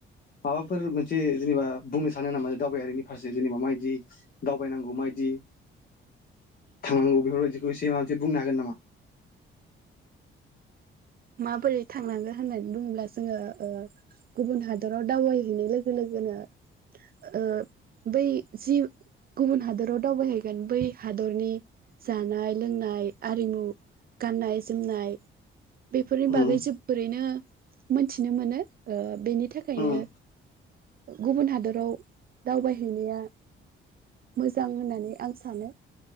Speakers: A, on the left; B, on the right.
A: माबाफोर मोनसे जेनेबा बुंनो सानो नामा दावबायारिनि फारसे जेनेबा माबायदि दावबायनांगौ माबदि थांनांगौ बेफोरबायदिखौ एसे माबा मोनसे बुंनो हागोन नामा?
B: माबोरै थांनांगोन होननानै बुङोब्ला जोङो ओ गुबुन हादराव दावबायहैनाय लोगो लोगोनो ओ बै जि गुबुन हादराव दावबायहैगोन बै हादरनि जानाय लोंनाय आरिमु गाननाय जोमनाय बेफोरनि बागै
A: उम
B: जोबोरैनो मोनथिनो मोनो ओ बेनि थाखायनो
A: उम
B: गुबुन हादराव दावबायहैनाया मोजां होननानै आं सानो।